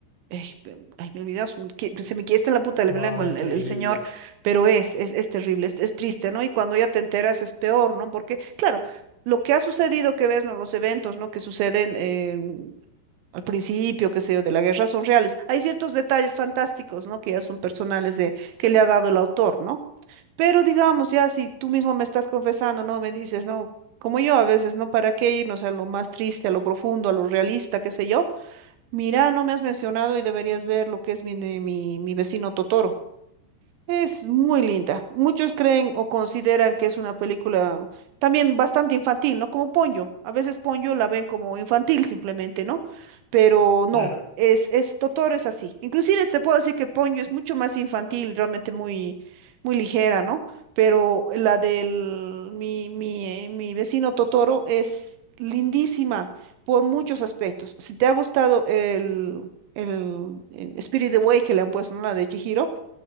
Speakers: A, on the right (about 85°); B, on the left (about 65°).
A: ey, pe- ay, me olvidas, se me quiesta en la puta de
B: Wow,
A: mi lengua
B: increíble.
A: el, el- el señor, pero es, es, es terrible, es, es triste, ¿no? Y cuando ya te enteras es peor, ¿no? Porque, claro, lo que ha sucedido que ves, ¿no? Los eventos, ¿no? Que suceden en- al principio, qué sé yo, de la guerra son reales. Hay ciertos detalles fantásticos, ¿no? Que ya son personales de, que le ha dado el autor, ¿no? Pero digamos, ya si tú mismo me estás confesando, ¿no? Me dices, ¿no? Como yo a veces, ¿no? ¿Para qué irnos a lo más triste, a lo profundo, a lo realista, qué sé yo? Mira, no me has mencionado y deberías ver lo que es mi, ne- mi, mi vecino Totoro. Es muy linda. Muchos creen o consideran que es una película también bastante infantil, ¿no? Como Ponyo. A veces Ponyo la ven como infantil simplemente, ¿no? Pero no,
B: Claro,
A: es, es Totoro es así. Inclusive te puedo decir que Ponyo es mucho más infantil, realmente muy, muy ligera, ¿no? Pero la del mi, mi, eh, mi vecino Totoro es lindísima por muchos aspectos. Si te ha gustado el, el, eh, Spirit Away que le han puesto, ¿no? La de Chihiro